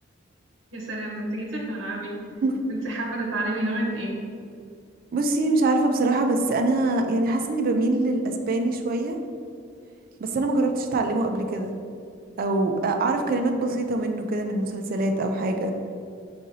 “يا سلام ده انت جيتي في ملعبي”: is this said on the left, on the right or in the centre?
Right